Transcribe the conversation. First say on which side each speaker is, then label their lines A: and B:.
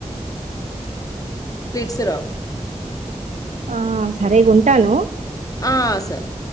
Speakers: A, on the left; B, on the right.
A: ఉమ్ స్ప్లిట్ రావు
B: ఆ సరేగా ఉంటాను
A: ఆ సరే